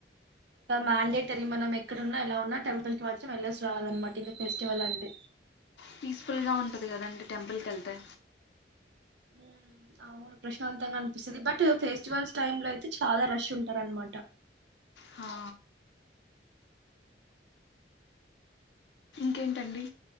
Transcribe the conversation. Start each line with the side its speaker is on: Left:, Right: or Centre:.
Right: ఇంక మ్యాండేటరీ మనమెక్కడున్నా ఎలా ఉన్నా టెంపుల్కి మాత్రం వెళ్లేస్ రావాలన్మాట ఇంక ఫెస్టివలంటె.
Left: పీస్ఫుల్గా ఉంటది గదండి టెంపుల్కెళ్తె
Right: మ్మ్. అవును ప్రశాంతంగ అనిపిస్తది బట్ ఫెస్టివల్స్ టైమ్ ల అయితే చాలా రష్ ఉంటారు అనమాట
Left: హా ఇంకేంటండి